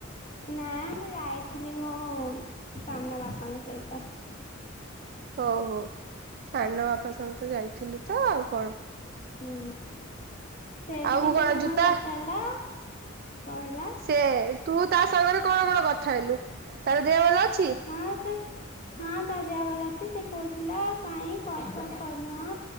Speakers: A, on the left; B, on the right.
A: ନା ମୁଁ ଯାଇଥିଲି ମୋ ସାନ ବାପାଙ୍କ ସହିତ।
B: ହଉ ହଉ ସାନ ବାପା ସଙ୍ଗେତ ଯାଇଥିଲୁ ତ ଆଉ କଣ।
A: ହୁଁ ସେ ବି
B: ଆଉ
A: ଟିକେ
B: କଣ
A: ସମୟ
B: ଜୁତା
A: କଥା ହେଲା କହିଲା
B: ସେ ତୁ ତା ସାଙ୍ଗରେ କଣ କଣ କଥା ହେଲୁ ତାର ଦେହ ଭଲ ଅଛି?
A: ହଁ ସେ ହଁ ତା ଦେହ ଭଲ ଅଛି ସେ କହୁଥିଲା ପାଇଁ କଲ ଫଲ କରୁନ